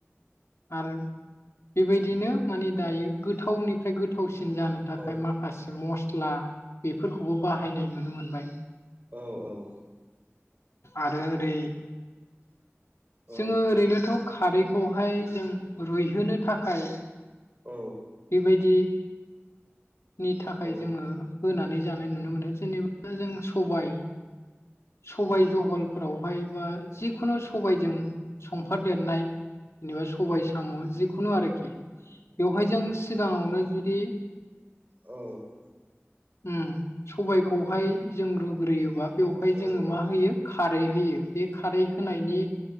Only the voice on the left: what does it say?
आरो बेबायदिनो मानिे दायो गोथावनिफ्राय गोथावसिन जानो थाखाय
माखासे मस्त फस्ला बेफोरखौबो बाहायनाय नुनो मोनबाय
आरो ओरै
जोङो ओरैनोथ' खारैखौहाय जों रुइहोनो थाखाय
बेबायदि नि थाखाय
जोङो होनानै जानाय नुनो मोनो जेनेबा जों सबाय सबाय जहलफोरावहाय बा जिखुनु सबायजों संफादेरनाय जेनेबा सबाय साम' जिखुनु आरोखि बेवहाय जों सिगाङावनो जुदि
उ सबायखौहाय जों रुग्रोयोबा बेवहाय
जोङो मा
होयो खारै होयो बे खारै होनायनि